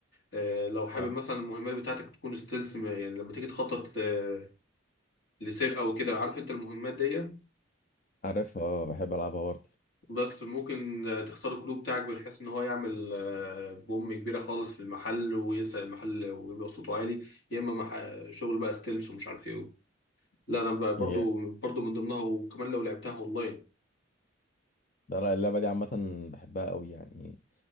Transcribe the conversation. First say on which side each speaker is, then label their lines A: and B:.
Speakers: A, on the left; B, on the left.
A: آه لو حابب
B: آه.
A: مثلا المهمات بتاعتك تكون ستيلز يعني لما تيجي تخطط آه، لسرقة وكده عارف انت المهمات دي
B: عارفها اه بحب ألعبها برضه
A: بس ممكن آه، تختار الكلو بتاعك بحيث ان هو يعمل آه، بوم كبيره خالص في المحل ويسرق المحل ويبقى صوته عالي يا اما مح- شغل بقى ستيلز ومش عارف ايه لا انا بقى برضو
B: هي
A: برضو من ضمنها وكمان لو لعبتها اونلاين
B: ده رأي اللعبة دي عامة بحبها قوي يعني